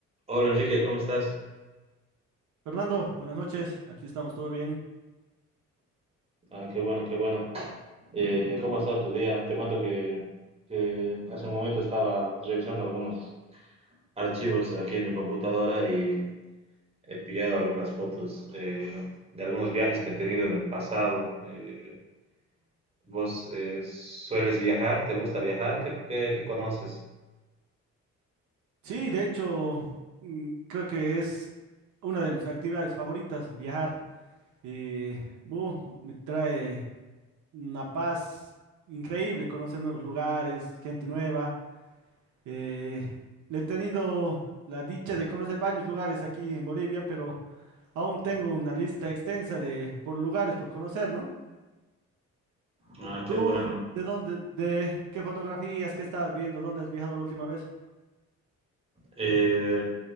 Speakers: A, on the right; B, on the right.
A: Hola Enrique, ¿cómo estás?
B: Fernando, buenas noches. Aquí estamos, ¿todo bien?
A: Ah, qué bueno, qué bueno. Eh, ¿cómo ha estado tu día? Te cuento que, que hace un momento estaba revisando algunos archivos aquí en mi computadora y he pillado algunas fotos eh, de algunos viajes que he tenido en el pasado. Eh, ¿vos eh, sueles viajar? ¿Te gusta viajar? ¿Qué, qué- qué conoces?
B: Sí, de hecho, mm, creo que es una de mis actividades favoritas, viajar. Eh, uh, me trae una paz increíble, conocer nuevos lugares, gente nueva. Eh, he tenido la dicha de conocer varios lugares aquí en Bolivia, pero aún tengo una lista extensa de por lugares por conocer, ¿no?
A: Ah, qué
B: ¿Tú
A: bueno.
B: de dónde, de qué fotografías, qué estabas viendo, dónde has viajado la última vez?
A: Eh,